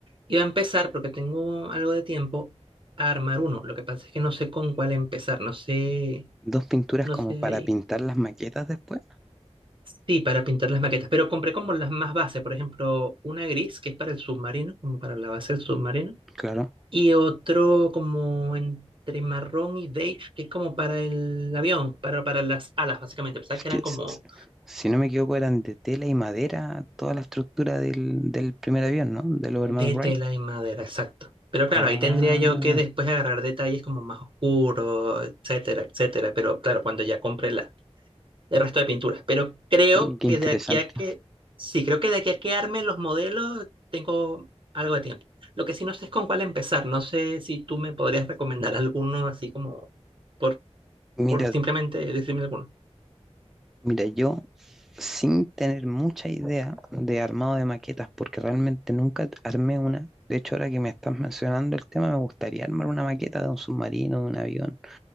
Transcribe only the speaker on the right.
iba a empezar, porque tengo algo de tiempo, a armar uno. Lo que pasa es que no sé con cuál empezar, no sé,
no
sé
ahí.
Sí, para pintar las maquetas, pero compré como las más bases, por ejemplo, una gris que es para el submarino, como para la base del submarino
Y otro como entre marrón y beige, que es como para el avión, para, para las alas, básicamente. Pensaba
que
eran
como
de
tela y madera, exacto. Pero claro,
ahí tendría yo que después agarrar detalles como más oscuros, etcétera, etcétera. Pero claro, cuando ya compré la, el resto de pinturas. Pero creo
que
de aquí a que, sí, creo que de aquí a que arme los modelos, tengo algo de tiempo. Lo que sí no sé es con cuál empezar. No sé si tú me podrías recomendar alguno así como por,
por simplemente decirme alguno.